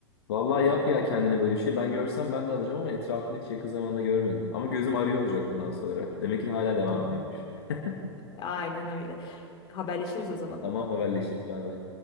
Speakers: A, on the left (about 60°); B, on the left (about 30°).
A: Vallahi yap ya kendine böyle bir şey. Ben görsem ben de alacağım ama etrafında hiç yakın zamanda görmedim. Ama gözüm arıyor olacak bundan sonra. Demek ki hala devam
B: Tamam.
A: ediyormuş. <laughs>
B: Aynen öyle. Haberleşiriz o zaman.
A: Tamam haberleşiriz. Bay bay.